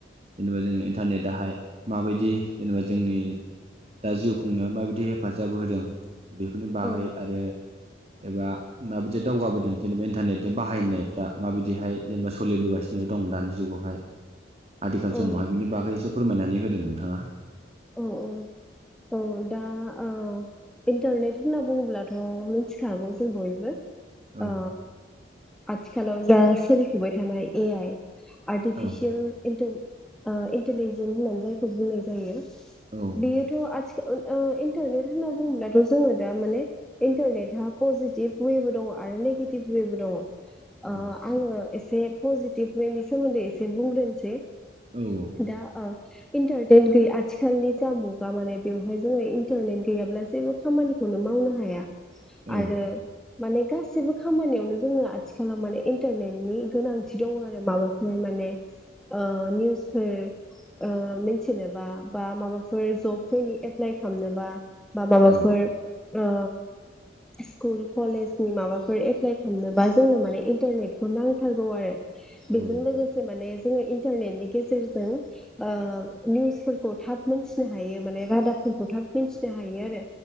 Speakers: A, on the right (about 35°); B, in the centre.
A: जेनेबा जोङो इन्टारनेटाहाय माबायदि जेनेबा जोंनि दा जिउ खुंनायाव माबायदि हेफाजाब होदों बेफोरनि बागै
B: औ
A: आरो एबा माबायदि दावगाबोदों जेनेबा इन्टारनेट बाहायनायफ्रा माबायदिहाय जेनेबा सोलिबोगासिनो दं दानि जुगावहाय। आथिखाल
B: औ
A: समावहाय बिनि बागैसे फोरमायनानै होदों नोंथाङा।
B: औ औ औ। दा औ इन्टारनेट होनना बुङोब्लाथ' मिथिखागौ जों बयबो।
A: औ
B: अ आथिखालाव जा सोलिफुबाय थानाय ए आइ आर्टिफिसियेल
A: औ
B: इन्टार ओ इन्टारलेजन होनना जायखौ बुंनाय जायो।
A: औ
B: बेयोथ' आथिखाल ओ इन्टारनेट होनना बुङोब्लाथ' जोङो दा माने इन्टारनेटआ पजिटिभ वेबो दङ आरो नेगेटिभ वेबो दङ। ओ
A: औ
B: आङो एसे पजिटिभ वेनि सोमोन्दै एसे बुंग्रोनोसै।
A: औ औ।
B: दा ओ <unintelligible> आथिखालनि जा मुगा माने बेवहाय जोङो इन्टारनेट गैयाब्ला जेबो खामानिखौनो मावनो हाया।
A: औ
B: आरो माने गासैबो खामानियावनो जोंङो आथिखालाव माने इन्टारनेटनि गोनांथि दङ आरो माबाफ फोर माने ओ निउसफोर ओ मिन्थिनोबा बा माबाफोर जबफोरनि एप्लाइ खालामनोबा बा माबाफोर
A: औ
B: ओ स्कुल कलेज नि माबाफोर एप्लाइ खालामनोबा जोंनो माने इन्टारनेटखौ नांथारगौ आरो। बेजों
A: औ
B: लोगोसे माने जोङो इन्टारनेटनि गेजेरजों ओ निउसफोर खौ थाब मोनथिनो हायो माने रादाब फोरखौ थाब मिन्थिनो हायो आरो